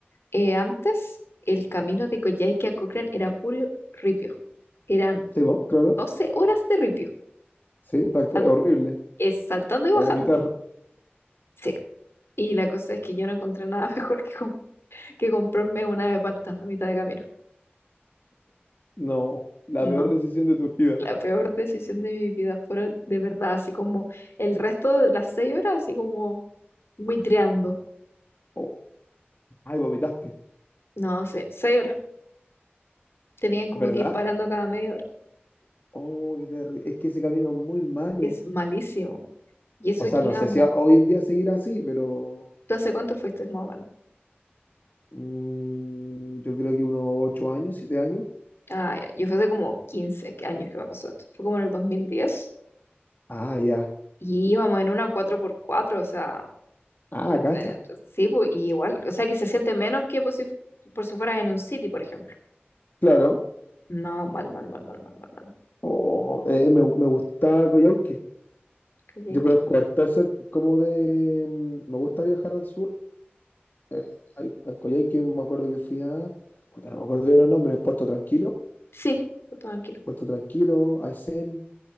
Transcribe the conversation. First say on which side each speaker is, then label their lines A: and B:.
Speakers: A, on the left; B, on the left.
A: Eh, antes, el camino de Coyhaique a Cochrane era puro ripio. Eran
B: Sí, vos, claro.
A: 12 horas de ripio,
B: Sí, tal cual.
A: sal-
B: Horrible.
A: eh, saltando y
B: A
A: bajando.
B: vomitar.
A: Sí. Y la cosa es que yo no encontré nada <laughs> mejor que, com- que comprarme una de palta a mitad de camino.
B: No, la
A: No.
B: peor decisión de tu vida.
A: La peor decisión de mi vida fueron de verdad, así como el resto de las 6 horas, así como buitreando.
B: Oh, ay, vomitaste.
A: No sé, 6 horas. Tenían como
B: ¿Verdad?
A: que ir parando cada media hora.
B: Oh, qué terri- Es que ese camino es muy malo.
A: Es malísimo. Y eso
B: O sea,
A: que
B: no
A: íbamos.
B: sé si a- hoy en día seguirá así, pero
A: ¿Tú hace cuánto fuiste más o menos?
B: Mm, yo creo que unos ocho años, siete años.
A: Ah, ya, yo fue hace como 15 que- años que me pasó esto. Fue como en el 2010.
B: Ah, ya.
A: Y íbamos en una cuatro por cuatro o sea,
B: Ah,
A: este,
B: cacha.
A: sí, pues, y igual. O sea, que se siente menos que por si, por si fueras en un city, por ejemplo.
B: Claro.
A: No, mal, mal, mal, mal, mal, mal, mal.
B: Oh, eh, me, me gusta Coyhaique.
A: Kayak.
B: Yo conozco harto cer- como de... mm, Me gusta viajar al sur. Eh, hay- en Coyhaique me acuerdo que fui a... Puta, no me acuerdo bien los nombres. Puerto Tranquilo.
A: Sí, por todo tranquilo.
B: Puerto Tranquilo, Aysén,